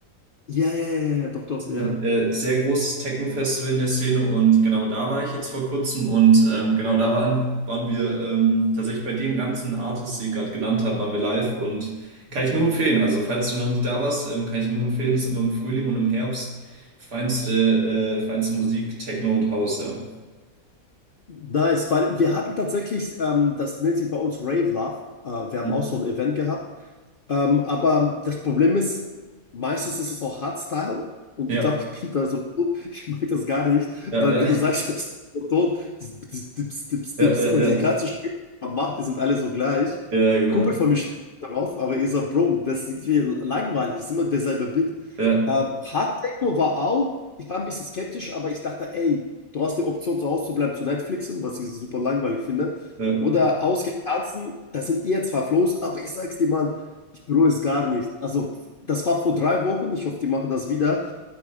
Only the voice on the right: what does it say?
Das
ist Nee. Ein äh, sehr großes Techno-Festival in der Szene und genau da war ich jetzt vor kurzem und ähm, genau da waren, waren wir ähm, tatsächlich bei den ganzen Artists, die ich gerade genannt habe, waren wir live und kann ich nur empfehlen. Also falls du noch nicht da warst, ähm, kann ich nur empfehlen, ist immer im Frühling und im Herbst feinste, äh, feinste Musik, Techno und House, ja.
Hm?
Ja,
ja,
ja,
ja,
ja,
ja.
Ja, genau.
Ja,
ja,